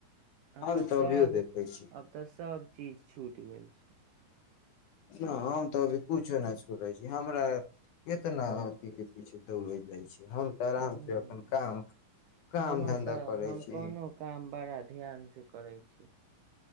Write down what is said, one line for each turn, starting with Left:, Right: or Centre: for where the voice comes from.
Right: आब
Left: हम
Right: तऽ सब
Left: अभियो देखै छी
Right: आब तऽ सब चीज छूट गेलेल छै
Left: न हम तऽ अभी कुछो नहि छोड़ै छी हमरा कितना अथी के पीछे दौड़ै जाइ छै हम तऽ आराम
Right: हम्म,
Left: से अपन काम काम
Right: हमर
Left: धन्धा
Right: तऽ
Left: करै
Right: हम
Left: छी
Right: कोनो काम बड़ा ध्यान से करै छी